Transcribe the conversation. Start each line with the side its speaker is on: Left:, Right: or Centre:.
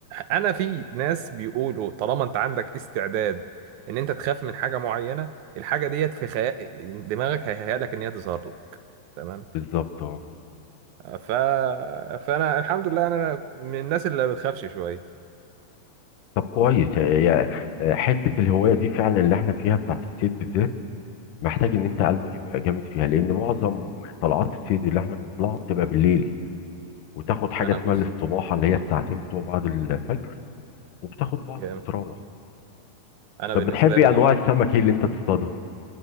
Right: انا في ناس بيقولوا طالما انت عندك استعداد ان انت تخاف من حاجه معينه الحاجه ديت في خيال دماغك هيهيأ لك ان هي تظهر لك تمام
Left: بالظبط اه
Right: ف... فانا الحمد لله انا من الناس اللي ما بتخافش شويه
Left: طب كويس يا- يا- حته الهوايه دي فعلا اللي احنا فيها بتاعت الصيد بالذات محتاج ان انت قلبك يبقى جامد فيها لان معظم طلعات الصيد اللي احنا بنطلعها بتبقى بالليل وتاخد حاجه
Right: انا
Left: اسمها
Right: بص
Left: الاستباحه اللي هي الساعتين بتوع بعد الفجر وبتاخد بعضك
Right: جامد
Left: وتروح
Right: انا
Left: طب
Right: بالنسبه
Left: بتحبي
Right: لي انا
Left: انواع
Right: بقى
Left: السمك ايه اللي انت تصطادها؟